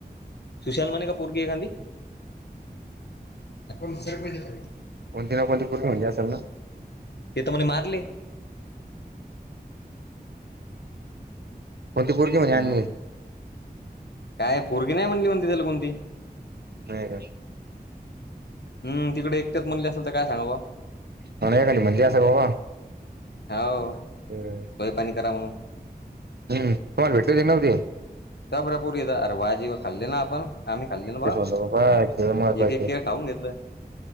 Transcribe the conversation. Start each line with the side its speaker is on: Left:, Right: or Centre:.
Left: सुशाल म्हणे का पोरगी एखांदी? आपण सेट पहिले झाली.
Right: कोणती ना कोणती पोरगी म्हणजे असलं ना.
Left: तेिथ म्हणे मारले
Right: पण ती पोरगी म्हणे
Left: हम्म
Right: आणली.
Left: काय पोरगी नाही म्हणली म्हणते त्याला कोणती.
Right: नाही का?
Left: हम तिकडं एकट्यात म्हणली असल तर काय सांगावं ब्वा.
Right: म्हणे काय म्हणली असलं बाबा.
Left: हावं
Right: व्हय
Left: सोय पाणी करा म्हणून
Right: हम्म तुम्हाला भेटली ती नव्हती का?
Left: का बरं पोरीला <unintelligible> खाल्ले ना आपण आम्ही खाल्ले ना बा
Right: तेच म्हणलो बाबा केळं महत्वाचे
Left: एक एक केळ खाऊन घेतलं